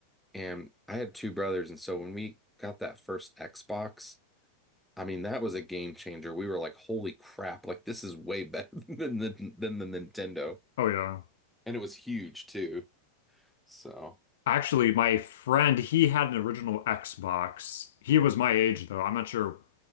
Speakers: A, in the centre; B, on the left.
A: And I had two brothers, and so when we got that first Xbox, I mean, that was a game changer. We were like, "Holy crap! Like this is way better <laughs> than the than the Nintendo."
B: Oh, yeah.
A: and it was huge too. So
B: Actually, my friend, he had an original Xbox. He was my age, though. I'm not sure